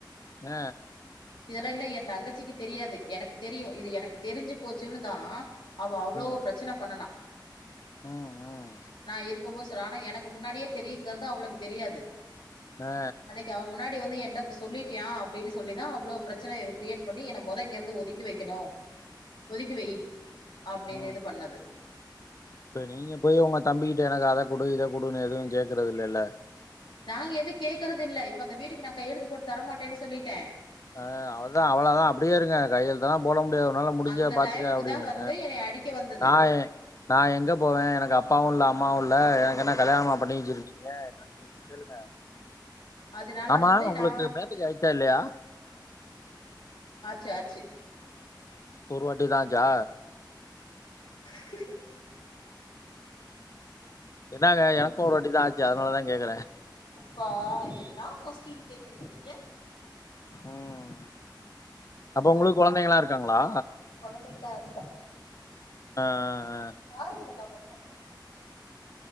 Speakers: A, on the left; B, on the left.
A: ஆ
B: இதெல்லா என்ன என் தங்கச்சிக்கு தெரியாது எனக்கு தெரியும் இது எனக்கு தெரிஞ்சு போச்சுன்னு தா அவ அவ்ளோ
A: ம்
B: ப்ர னா
A: ம் ம்
B: நா இருக்கும் போது சொல்ல ஆனா எனக் முன்னாடியே தெரியுங்கறது அவளுக்கு தெரியாது
A: ஆ
B: அன்னைக்கு அவ முன்னாடி வந்து என்ட அப்ப சொல்லிட்டியா அப்டின்னு சொல்லிதா அவ்ளோ பிரச்சன இவ கிரியேட் பண்ணி என்ன மொத இங்கருந்து ஒதுக்கி வக்கணும் ஒதுக்கி வை அப்டின்னு
A: ம்
B: இது பண்ணது
A: இப்ப நீங்க போய் உங்க தம்பிக்கிட்ட எனக்கு அத கொடு இத கொடுன்னு எதுன்னு கேக்குறது இல்லல
B: நாங்க எது கேக்குறது இல்ல இப்ப அந்த வீட்டுக்கு நான் கையெழுந்து போட்டு தரமாட்டேன்னு சொல்லிட்ட
A: அ அவளதா அவ்ளதா அப்படியே இருங்க கையிலத்தெல்லாம் போட முடியாதுனால உன்னல முடிஞ்ச
B: அந்த
A: பாத்துக்க
B: டைமுக்கு
A: அப்படின்னு
B: தா வந்து என்னைய அடிக்க வந்தது
A: ஆ நான் எங்க போவே எனக்கு அப்பாவும் இல்ல அம்மாவும் இல்ல லா எனக்கு என்ன கல்யாணமா பண்ணி வச்சிருக்கீங்க என்னன்னு சொல்லிட்டு கேளுங்க
B: அதனால
A: ஆமா
B: வந்து
A: உங்களுக்கு
B: நா
A: மேரேஜ் ஆயிச்சா இல்லையா
B: சு ஆச்சு
A: ஒருவாட்டி தான் ஆச்சா
B: <unintelligible>
A: என்னாங்க எனக்கும் ஒரு வாட்டி தான் ஆச்சு அதனாலதான் கேக்குறேன்
B: பா என்னா கொஸ்டின் கேக்குறீக்க நீங்க
A: ம் அப்ப உங்களுக்கு குழந்தைங்கல்லாம்
B: நாங்க
A: இருக்காங்களா
B: இல்ல இல்ல
A: ஆ ஆ ஆ
B: யாரு நா மட்டுந்தா இருக்கே